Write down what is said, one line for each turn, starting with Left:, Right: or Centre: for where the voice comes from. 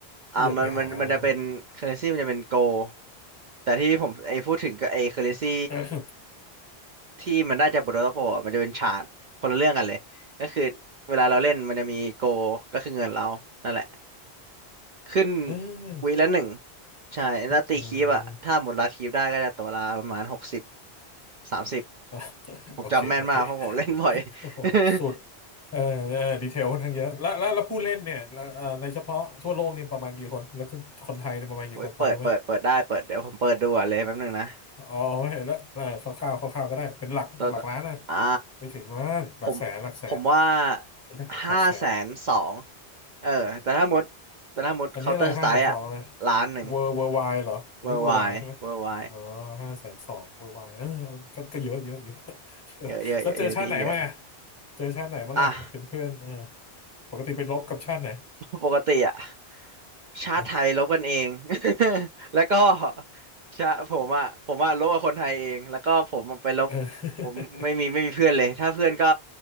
Left: เครียดไปหาอะไรพวกนี้
Right: อ่ามันมันมันจะเป็นเคอร์เรนซีมันจะเป็นโกแต่ที่ผมไอ้พูดถึงก็ไอ้เคอร์เรนซี
Left: เออ
Right: ที่มันได้จากบทโรโปอะมันจะเป็นชาร์ตคนละเรื่องกันเลย ก็คือเวลาเราเล่น มันจะมีโกก็คือเงินเรา นั่นแหละ ขึ้น
Left: เออ
Right: วีละหนึ่ง ใช่แล้วตีคีบอะถ้าหมดลาคีบได้ก็จะตัวละประมาณหกสิบ
Left: เออ
Right: สามสิบ
Left: อ่ะ
Right: ผมจำแม่นมากเพราะผมเล่นบ่อย
Left: โอเค โอเคโอ้โหสุด
Right: <laughs>
Left: เออเออดีเทลค่อนข้างเยอะ แล้วแล้วแล้วผู้เล่นเนี่ยแล้วเอ่อในเฉพาะทั่วโลกนี่ประมาณกี่คน แล้วคนไทยเนี่ยประมาณกี่คน
Right: โอ้ยเปิดเปิดเปิดได้เปิดเดี๋ยวผมเปิดดูอ่ะเลยแป๊บนึงนะ
Left: พอรู้ไหมอ๋อเห็นแล้วเออคร่าวๆคร่าวๆก็ได้ เป็นหลักหลักล้านนะ
Right: ตอวอ่า
Left: ไม่ถึงมั้งหลักแสน
Right: ผม
Left: หลักแสน
Right: ผมว่า
Left: หลักแสน
Right: ห้าแสนสองเออแต่ถ้าหมดแต่ถ้าหมดเคาน์เตอร์สไตล์อ่ะ
Left: อันนี้อะไรห้าแสนสองเลย
Right: ล้านหนึ่ง
Left: เวอร์เวอร์ไวเหรออันนี้เวอร์ไวใช่ไหม
Right: เวอร์ไวเวอร์ไว
Left: อ๋อห้าแสนสองเวอร์ไวเออเอาก็ก็เยอะเยอะเยอะ <laughs> เยอะแล้วเจอชาติไหนบ้างอะ
Right: เยอะเยอะเยอะเยอะดีเยอะ
Left: เจอชาติไหนบ้างอะเป็นเพื่อนเออ
Right: อ่ะ
Left: ปกติไปรบกับชาติไหน
Right: <laughs> ปกปกติอ่ะชาติไทยลบกันเอง
Left: เนอะ
Right: <laughs> แล้วก็ชาผมอ่ะผมอ่ะลบกับคนไทยเองแล้วก็ผมอะไปลบ
Left: <laughs>
Right: ผมไม่มีไม่มีเพื่อนเลยถ้าเพื่อนก็
Left: ออ